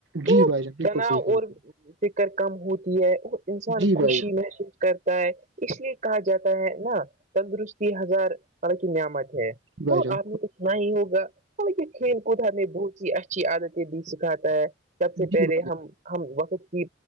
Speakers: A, on the right (about 75°); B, on the right (about 45°).
A: جی
B: تو
A: بھائی جان بالکل
B: کیاناا
A: صحیح کہا
B: اور
A: آپ نے
B: فکر کم ہوتی ہے اور انسان
A: جی
B: خوشی
A: بھائی
B: محسوس کرتا ہے اس لیے کہا جاتا ہے نا تندرستی ہزار م کی نعمت ہے
A: جان بھائی
B: تو
A: جان
B: آپ نے تو نہ ہی ہوگا بہ کھیل کود ہمیں بہت ہی اچھی عادتیں بھی سکھاتا ہے سب سے
A: جی
B: پہلے
A: بھائی جان
B: ہم ہم وقت کی